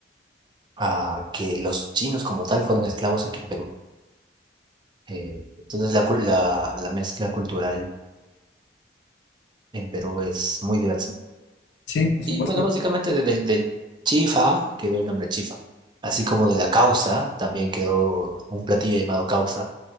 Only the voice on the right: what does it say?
a que los chinos como tal fueron esclavos aquí en Perú. Eh, entonces la, cul- la, la mezcla cultural en Perú es muy diversa.
Y bueno, básicamente de- del, del chifa quedó el nombre chifa, así como de la causa también quedó un platillo llamado causa,